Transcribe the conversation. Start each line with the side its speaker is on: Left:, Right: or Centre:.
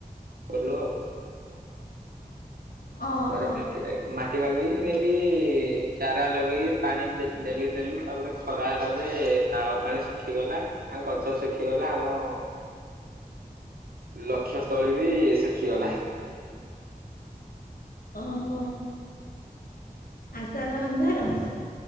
Right: କଲୁ ଆଉ।
Left: ଓହୋ
Right: କୂଆରେଗଲେ? ଇଏ ମାଟି ବାଗେଇକି ନେଇକି ଚାରା ଲଗେଇକି ପାଣି ଡେ ଡେଲି ଦେଲୁ, ତାପରେ ଖ ଖରା ହେଲା ଯେ ନାଳ ପାଣି ଶୁଖିଗଲା, ଆଁ ଗଛ ଶୁଖିଗଲା ଆମ ଲକ୍ଷ୍ୟସ୍ଥଳୀ ବି ଶଖିଗଲା।
Left: ଅଁ ହୋ। ଆଶାର ଅନ୍ଧାର?